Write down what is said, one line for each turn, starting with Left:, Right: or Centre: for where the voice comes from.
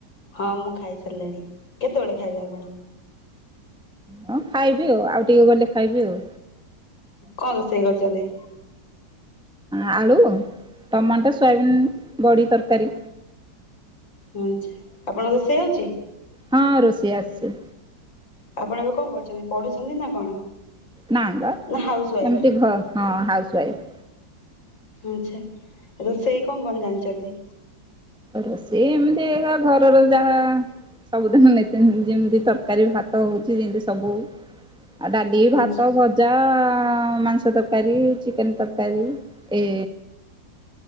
Left: ହଁ ମୁଁ ଖାଇ ସାରିଲିଣି କେତେବେଳେ ଖାଇବେ ଆପଣ?
Centre: ହଁ ଖାଇବି ଆଉ ଆଉ ଟିକେ ଗଲେ ଖାଇବି ଆଉ।
Left: କଣ ରୋଷେଇ କରିଛନ୍ତି?
Centre: ଆଳୁ ଟମାଟୋ ସୋୟାବିନ୍ ବଡି ତରକାରୀ।
Left: ଆଛା ଆପଣଙ୍କ ରୋଷେଇ ଆଉଛି।
Centre: ହଁ ରୋଷେଇ ଆସୁଛି।
Left: ଆପଣ ଏବେ କଣ କରୁଛନ୍ତି ପଢୁଛନ୍ତି ନା କଣ?
Centre: ନାଇଁ ବା ଏମିତି
Left: ନା ହାଉସ ୱାଇଫ୍?
Centre: ଘ ହଁ ହାଉ ୱାଇଫ।
Left: ଆଛା ଏ ରୋଷେଇ କଣ କଣ ଜାଣିଛନ୍ତି?
Centre: ରୋଷେଇ ଏମିତି ଘରର ଯାହା ସବୁଦିନ ନିତୀ ଯେମିତି ତରକାରୀ ଭାତ ହଉଛି ଯେମିତି ସବୁ ଆଉ ଡାଲି
Left: ଆଚ୍ଛା।
Centre: ଭାତ ଭଜା ଆ ହଁ ମାଂସ ତରକାରୀ ଚିକେନ ତରକାରୀ ଏ